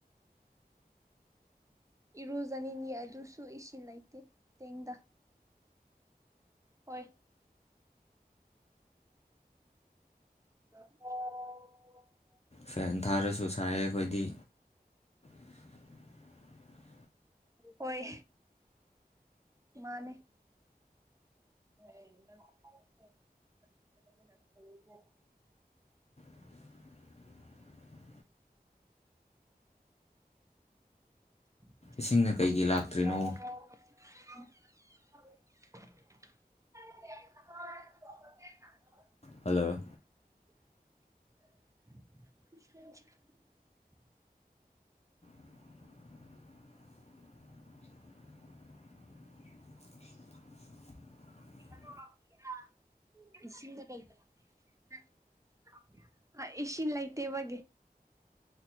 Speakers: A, on the right (about 20°); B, on the left (about 40°).
A: ꯏꯔꯨꯖꯅꯤꯅꯤ ꯑꯗꯨꯁꯨ ꯏꯁꯤꯡ ꯂꯩꯇꯦ ꯇꯦꯡꯗ ꯍꯣꯏ ꯑꯣ
B: ꯐꯦꯟ ꯊꯥꯔꯁꯨ ꯁꯥꯏꯌꯦ ꯑꯩꯈꯣꯏꯗꯤ <unintelligible>
A: ꯍꯣꯏ ꯃꯥꯅꯦ <unintelligible> <unintelligible>
B: <inaudible>
A: ꯑ
B: ꯏꯁꯤꯡꯅ ꯀꯩꯒꯤ ꯂꯥꯛꯇ꯭ꯔꯤꯅꯣ
A: <inaudible> ꯍꯦꯁ
B: ꯍꯜꯂꯣ
A: ꯍꯨꯏ ꯑꯩꯗꯤ ꯈꯡꯗꯔꯦ
B: ꯁꯣꯔ-ꯁꯣꯔ-ꯁꯣꯔ ꯑꯍꯥꯝ ꯍ
A: ꯇꯔꯨꯂꯣꯚ ꯄꯤꯉꯦ ꯑꯥ-ꯏꯁꯤꯉ ꯒꯥ ꯀꯩꯒꯅꯣ-ꯍꯨꯉ ꯑ ꯏꯁꯤꯤꯟ ꯂꯥꯏꯇꯦ ꯏꯕꯦ